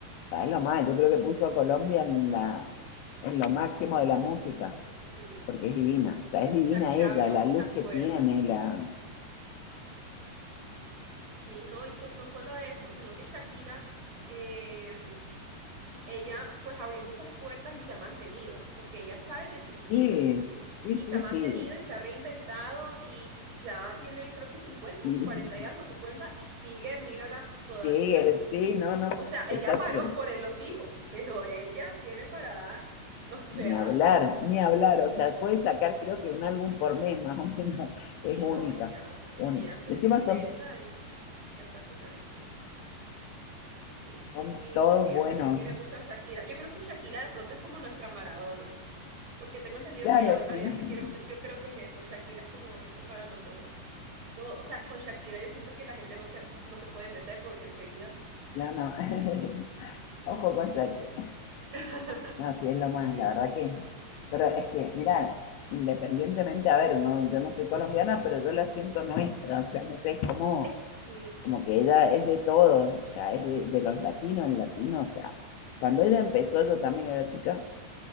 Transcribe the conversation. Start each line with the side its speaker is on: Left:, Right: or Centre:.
Left: ¿sabes lo más? Yo creo que puso a Colombia en la, en lo máximo de la música,
Right: Sí, sí.
Left: porque es divina, o sea, es divina
Right: Shakira
Left: ella,
Right: abrió
Left: la
Right: muchas
Left: luz que
Right: puertas.
Left: tiene, la...
Right: Sí, no, y so- no solo eso, sino que Shakira, em, ella pues abrió muchas puertas y se ha mantenido, porque ella está desde chiquitica
Left: Sí, sí,
Right: y
Left: sí,
Right: se ha mantenido
Left: sí,
Right: y se ha reinventado y ya tiene creo que cincuenta
Left: sí,
Right: 40 y algo, 50 y sigue, mírala todavía.
Left: sí, eh, sí, no, no,
Right: O sea,
Left: está
Right: ella paró
Left: siempre.
Right: por el- los
Left: <laughs>
Right: hijos, pero ella tiene para dar. <laughs> O sea,
Left: Ni hablar, ni hablar, o sea, puede sacar creo que un álbum por mes más o menos,
Right: sí,
Left: es única,
Right: no, ella,
Left: única.
Right: ella se
Left: Y encima
Right: reinventa
Left: son
Right: y espectacular, sí. Sí,
Left: Son
Right: y
Left: todos
Right: pues sí,
Left: buenos.
Right: aquí se quiere mucho a Shakira. Yo creo que Shakira de pronto es como nuestra Maradona, porque tengo entendido
Left: Claro,
Right: que allá, allá
Left: sí.
Right: se quiere mucho. Yo
Left: <laughs>
Right: creo que es eso, Shakira es como eso para nosotros. Todo, o sea, con Shakira yo siento que la gente no se, no se puede meter porque enseguida.
Left: Claro, no. <laughs> Ojo con Jaque.
Right: <laughs>
Left: No, sí, es lo más, la
Right: Sí, sí.
Left: verdad que. Pero es que, mira, independientemente, a ver, no, yo no soy colombiana, pero yo la siento nuestra. O sea, no sé, es como,
Right: Eh, sí,
Left: como que ella es de todos. O sea, es de, de los latinos, el latino. O sea, cuando ella empezó, yo también era chica,